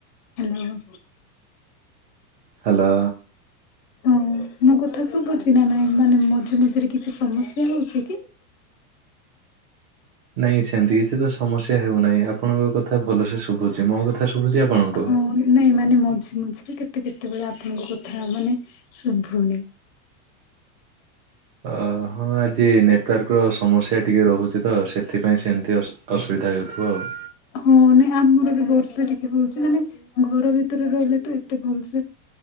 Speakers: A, on the left; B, on the right.
A: ହ୍ୟାଲୋ।
B: ହ୍ୟାଲୋ।
A: ହଁ ମୋ କଥା ଶୁଭୁଛି ନା ନାଇଁ? ମାନେ ମଝି ମଝିରେ କିଛି ସମସ୍ୟା ହଉଛି କି?
B: ନାଇଁ ସେମିତି କିଛି ତ ସମସ୍ୟା ହେଉନାହିଁ। ଆପଣଙ୍କ କଥା ଭଲସେ ସୁ ଶୁଭୁଛି। ମୋ କଥା ଶୁଭୁଛି ଆପଣଙ୍କୁ?
A: ହଁ ନାଇଁ ମାନେ ମଝି ମଝିରେ କେତେ କେତେବେଳେ ଆପଣଙ୍କ କଥା ମାନେ ଶୁଭୁନି।
B: ଅ ହଁ ଆଜି ନେଟୱାର୍କର ସମସ୍ୟା ଟିକେ ରହୁଛି ତ ସେଥିପାଇଁ ସେମିତି ଅସୁ ଅସୁବିଧା ହେଉଥିବ ଆଉ।
A: ହଁ ନାଇଁ ଆମର ବି ବର୍ଷା ଟିକେ ହଉଛି ମାନେ ଘର ଭିତରେ ରହିଲେ ତ ଏତେ ଭଲସେ